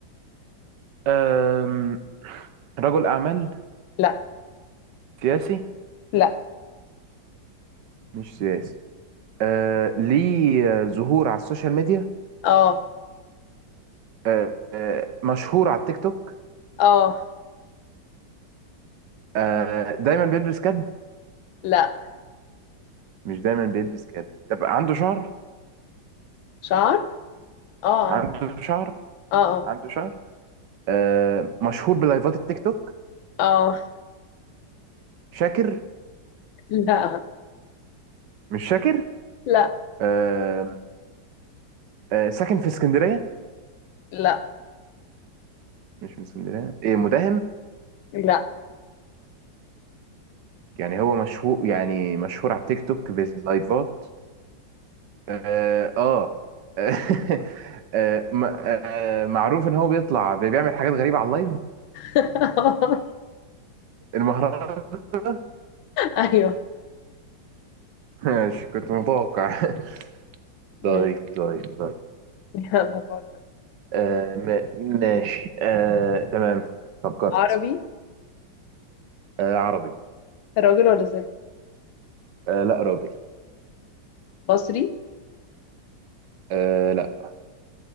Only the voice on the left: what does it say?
لا
لا
اه
اه
لا
شعر اه
عندي.
اه اه
اه
لا
لا
لا
لا
<laughs>
ايوه
ماشي
يلا فكر
عربي
راجل ولا ست
مصري